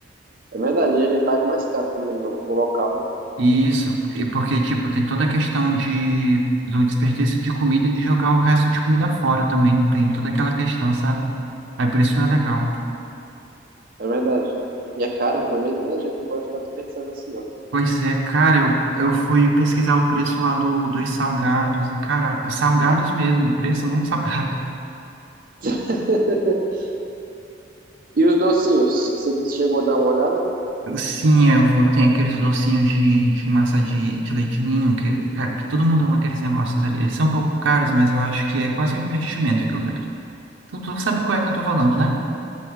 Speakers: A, on the right (about 45°); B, on the right (about 85°).
A: É verdade, e a gente paga mais caro também no, no local, né?
B: Isso, e porque, tipo, tem toda a questão de, do desperdício de comida e de jogar o resto de comida fora também, tem toda aquela questão, sabe? Aí por isso não é legal.
A: É verdade. E é caro comida, né? A gente não pode ficar desperdiçando assim, não.
B: Pois é, cara, eu, eu fui pesquisar o preço lá do, dos salgados e, cara, os salgados mesmo, o preço é muito salgado.
A: <laughs> E os docinhos? Você chegou a dar uma olhada?
B: Sim, eu vou ter aqueles docinhos de, de massa de, de leite ninho, que, cara, que todo mundo ama aqueles negócios ali. Eles são um pouco caros, mas eu acho que é quase um investimento aquilo dali. Tu, tu sabe qual é que eu tô falando, né?